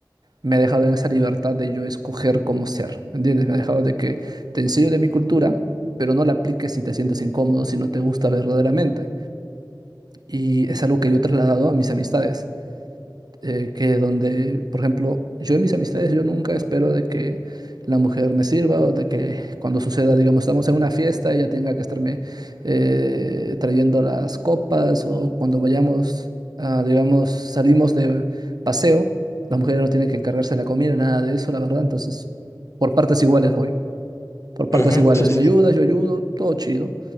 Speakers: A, on the right (about 65°); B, on the left (about 40°).
A: me ha dejado en esa libertad de yo escoger cómo ser, ¿me ¿entiendes? Me ha dejado de que te enseño de mi cultura, pero no la apliques si te sientes incómodo, si no te gusta verdaderamente. Y es algo que yo he trasladado a mis amistades eh, que donde, por ejemplo, yo en mis amistades, yo nunca espero de que la mujer me sirva o de que cuando suceda, digamos, estamos en una fiesta, ella tenga que estarme eh, trayendo las copas o cuando vayamos, a, digamos, salimos de paseo, la mujer no tiene que encargarse de la comida, nada de eso, la verdad. Entonces, por partes iguales voy, por partes
B: Ujú,
A: iguales,
B: Sí, sí.
A: me ayudas,
B: sí.
A: yo ayudo, todo chido.